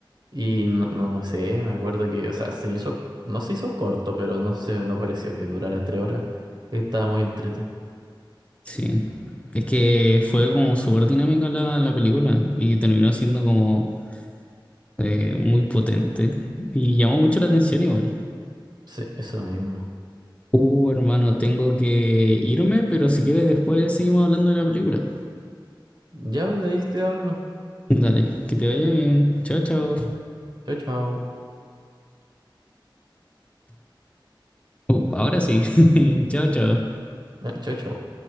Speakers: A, on the right; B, on the left.
A: Y no, no, no sé, me acuerdo que, o sea, se hizo, no se hizo corto, pero no se, no pareció que durara tres horas. Estaba muy entrete.
B: Sí. Es que fue como súper dinámica la, la película y terminó siendo como eh, muy potente y llamó mucho la atención igual.
A: Sí, eso mismo.
B: Uh, hermano, tengo que irme, pero si quieres después seguimos hablando de la película.
A: Ya, pues, de ahí te hablo.
B: Dale, que te vaya bien. Chao, chao.
A: Chao, chao.
B: Uh, ahora sí. <laughs> Chao, chao.
A: Eh, Chao, chao.